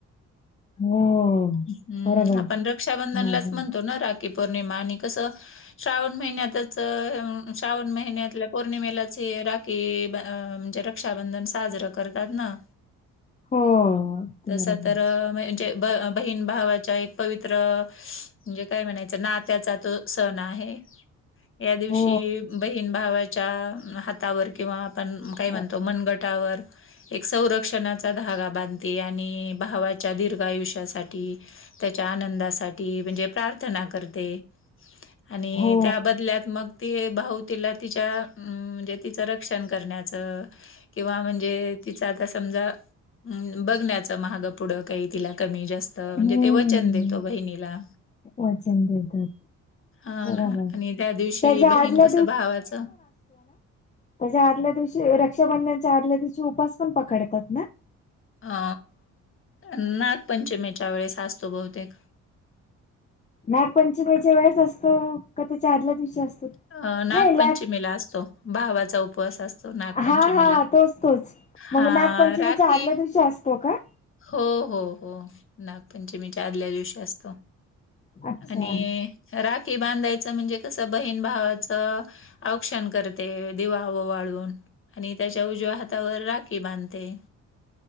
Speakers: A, on the left; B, on the left.
A: हो
B: हम्म
A: बरोबर
B: आपण रक्षाबंधनलाच
A: बरोबर
B: म्हणतो ना की पौर्णिमा आणि कस श्रावण महिन्यातच श्रावण महिन्यातल्या पौर्णिमेलाचे रा कि म्हणजे रक्षाबंधन साजरं करतात ना
A: हो अगदी
B: तस
A: बरोबर
B: तर म्हणजे बहीण भावाच्या एक पवित्र म्हणजे काय म्हणायचं नात्याचा तो सण आहे या दिवशी
A: हो
B: बहीण भावा हातावर किंवा आपण काय
A: अ,
B: म्हणतो मनगटावर एक संरक्षणाचा धागा बांधते आणि भावाच्या दीर्घ आयुष्यासाठी त्याच्या आनंदासाठी म्हणजे प्रार्थना करते आणि
A: हो
B: त्या बदल्यात मग ति भाऊ तिला तिच्या अम म्हणजे तिचं रक्षण करण्याचं किंवा म्हणजे तिचं आता समजा ् बघण्याच महाग पुढं काही तिला कमी जास्त म्हणजे
A: हम्म
B: ते वचन देतो बहिणीला
A: वचन देतात
B: हा
A: बरोबर
B: ना आणि त्या दिवशी
A: त्याच्या
B: बहीण
A: आदल्या
B: कस भावाच
A: म्हणजे आदल्या दिवशी रक्षाबंधनच्या आदल्या दिवशी उपास पण पकडतात ना
B: अ नागपंचमीच्या वेळेस असतो बहुतेक
A: नागपंचमीच्या वेळेस असतो का ते च आदल्या दिवशी असतो
B: अं नागपंचमीला
A: नाही लाग
B: असतो भावाचा उपवास असतो नागपंचमीला
A: हा हा तोच तोच मग
B: हां,
A: नागपंचमीच्या
B: राखी
A: आदल्या दिवशी असतो का
B: हो हो हो नागपंचमीच्या आदल्या दिवशी असतो
A: अच्छा
B: आणि राखी बांधायचं म्हणजे कसं बहीण भावाचं औक्षण करते दिवा व वाळून आणि त्याच्या उजव्या हातावर राखी बांधते